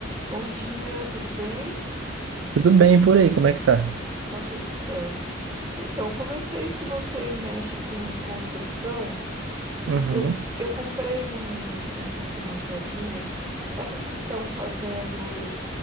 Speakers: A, on the right; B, on the right.
A: Bom dia, tudo bem?
B: Tudo bem por aí, como é que tá?
A: Tá tudo certo. Então, como eu sei que você mexe com construção,
B: Uhum,
A: eu, eu comprei um- um- uma casinha, essas que estão fazendo